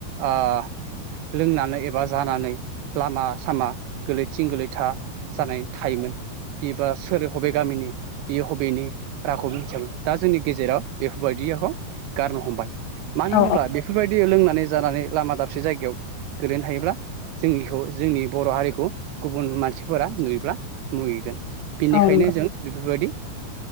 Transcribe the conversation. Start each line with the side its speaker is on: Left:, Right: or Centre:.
Right: ओ लोंनानै एबा जानानै लामा सामा गोलैथिं गोलैथा जानानै थायोमोन। बिबा सोर हबे गामिनि बियो हबेनि रावखौबो मिथियामोन दा जोंनि गेजेराव बेफोरबायदि योखौ गारनो हमबाय मानो
Left: औ
Right: होनब्ला
Left: औ
Right: बेफोरबायदि लोंनानै जानानै लामा दाबसे जायगायाव गोलैना थायोब्ला जोंनिखौ जोंनि बर' हारिखौ गुबुन मानसिफोरा नुयोब्ला मुगैगोन। बिनिखायनो
Left: औ नंगौ
Right: जों बेफोरबायदि ओ